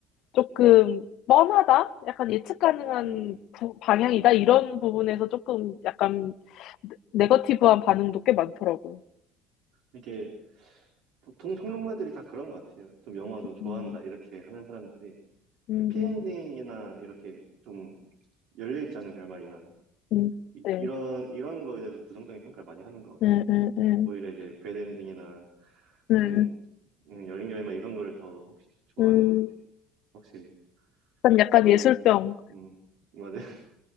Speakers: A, on the left; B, on the right.
A: 조금 뻔하다? 약간 예측 가능한
B: 음,
A: 부- 방향이다?
B: 음, 음.
A: 이런 부분에서 조금 약간 네- 네거티브한 반응도 꽤 많더라고요.
B: 이게 보통 평론가들이 다 그런 것 같아요. 좀 영화 좀 좋아한다,
A: 음,
B: 이렇게 하는 사람들이
A: 음,
B: 해피엔딩이나
A: 음,
B: 이렇게 좀 열려있지 않은 결말이나
A: 음,
B: 이,
A: 네.
B: 런 이런 거에 대해서 좀 부정적인 평가를 많이 하는 것 같아요.
A: 네, 네, 네.
B: 오히려 이제 배드엔딩이나
A: 네.
B: 좀 음, 열린 결말 이런 거를 더 혹시 좋아하는
A: 음,
B: 것 같아요. 확실히.
A: 약간 약간
B: 저는,
A: 예술병.
B: 음, 맞아요. <laughs>